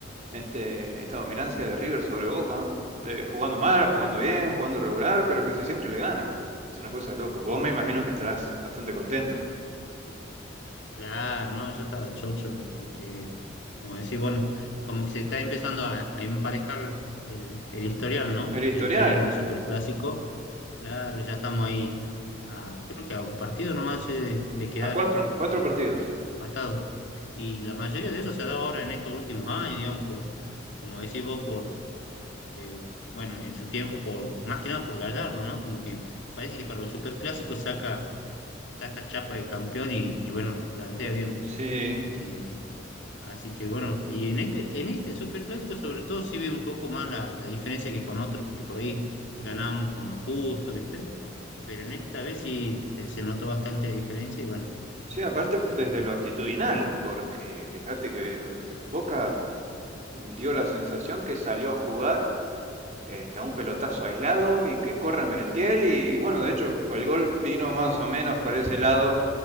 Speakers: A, on the right (about 40°); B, on the left (about 65°).
A: este, esta dominancia de River sobre Boca, eh, jugando mal, jugando bien, jugando regular, pero casi siempre le gana. Es una cosa de loco. Vos me imagino que estarás bastante contento.
B: Claro, no, yo estaba chocho, porque, como decís, bueno, y como que se está empezando a, a emparejar el, el historial, ¿no?
A: El historial.
B: El historial de los superclásicos. Claro, ya estamos ahí, a, creo que a un partido nomás che, de, de quedar
A: A cuatro, cuatro
B: eh,
A: partidos.
B: empatados. Y la mayoría de eso se ha dado ahora en estos últimos años, digamos, por, como decís vos, por eh, bueno, en su tiempo, por más que nada por Gallardo, ¿no? Como que parece que para los superclásicos saca, saca chapa de campeón y, y bueno, los plantea bien.
A: Sí,
B: Eh, así que bueno, y en este, en este superclásico sobre todo sí ve un poco más la, la diferencia que con otros, que por ahí ganábamos con lo justo, ¿viste? Pero en esta vez sí se, se notó bastante la diferencia y bueno.
A: sí, aparte
B: eh,
A: desde lo actitudinal, porque fíjate que Boca dio la sensación que salió a jugar este, a un pelotazo aislado y que corra Merentiel y bueno, de hecho el gol vino más o menos por ese lado